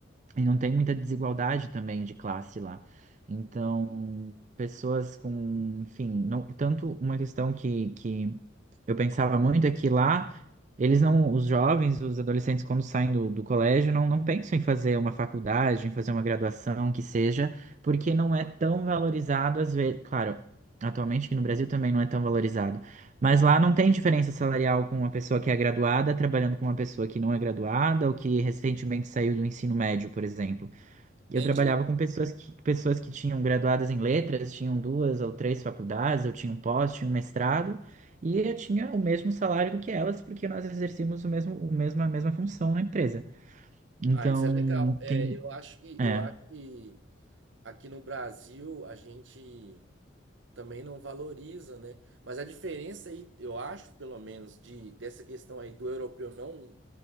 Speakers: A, on the right; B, on the right.
A: E não tem muita desigualdade também de classe lá. Então, pessoas com, enfim, não, tanto uma questão que, que eu pensava muito é que lá eles não, os jovens, os adolescentes, quando saem do, do colégio, não, não pensam em fazer uma faculdade, em fazer uma graduação, que seja, porque não é tão valorizado às vezes. Claro, atualmente aqui no Brasil também não é tão valorizado mas lá não tem diferença salarial com uma pessoa que é graduada trabalhando com uma pessoa que não é graduada ou que recentemente saiu do ensino médio, por exemplo. Eu
B: Entendi.
A: trabalhava com pessoas que, pessoas que tinham graduadas em letras, tinham duas ou três faculdades, eu tinha um pós, tinha um mestrado, e eu tinha o mesmo salário do que elas, porque nós exercíamos o mesmo, o mesmo, a mesma função na empresa. Então,
B: Ah, isso é legal. É,
A: tem.
B: eu acho que
A: É.
B: eu acho que aqui no Brasil a gente também não valoriza, né? Mas a diferença aí, eu acho, pelo menos, de dessa questão aí do europeu não